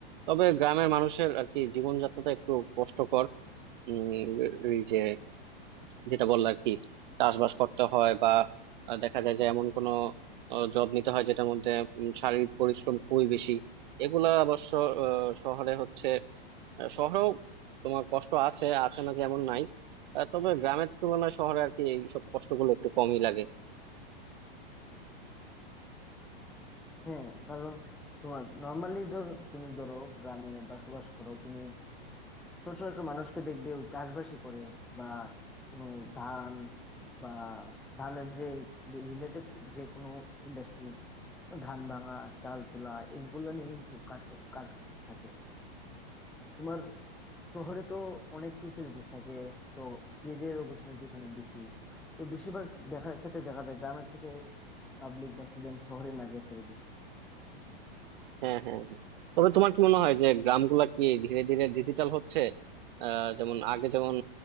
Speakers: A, on the right; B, in the centre.
A: তবে গ্রামের মানুষের আর কি জীবনযাত্রাটা একটু কষ্টকর উম, এই যে যেটা বললো আর কি চাষবাস করতে হয় বা আহ, দেখা যায় যে এমন কোনো জব নিতে হয় যেটার মধ্যে উম, শারীরিক পরিশ্রম খুবই বেশি এগুলা অবশ্য আহ, শহরে হচ্ছে আহ, শহরেও তোমার কষ্ট আছে আছে না যে এমন নাই আহ, তবে গ্রামের তুলনায় শহরে আর কি এইসব কষ্টগুলো একটু কমই লাগে
B: হ্যাঁ কারণ তোমার নর্মালি তুমি ধরো গ্রামে বসবাস করো তুমি ছোট ছোট মানুষকে দেখবে চাষবাসই করে বা কোনো ধান বা ধানের যে রিলেটেড যে কোনো ইন্ডাস্ট্রিজ ধান ভাঙা চাল তোলা এগুলো নিয়ে সব কাজ কর- কাজ থাকে তোমার শহরে তো অনেক ফেসিলিটিস থাকে তো কেরিয়ার অপরচুনিটিস অনেক বেশি তো বেশিরভাগ দেখার ক্ষেত্রে দেখা যায় গ্রামের থেকে পাবলিক বা স্টুডেন্ট শহরে মাইগ্রেট করে বেশি
A: হ্যাঁ হ্যাঁ তবে তোমার কি মনে হয় যে গ্রামগুলা কি ধীরে ধীরে ডিজিটাল হচ্ছে আহ যেমন আগে যেমন